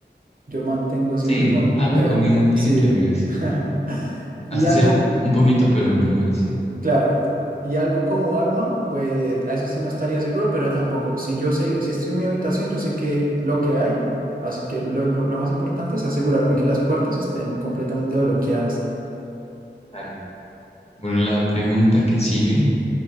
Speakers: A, on the right; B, on the left.
A: yo mantengo
B: Sí,
A: siempre con,
B: agua
A: ter-
B: y comida tiene
A: sí,
B: que haber, sí.
A: <laughs>
B: Así
A: y algo,
B: sea un poquito, pero, pero ahí sí.
A: claro, y algo como arma, pues a eso sí no estaría seguro, pero tampoco, si yo sé, si estoy en mi habitación, yo sé que lo que hay, así que lo, impor- lo más importante es asegurarme que las puertas estén completamente bloqueadas.
B: Claro. Bueno, la pregunta que sigue.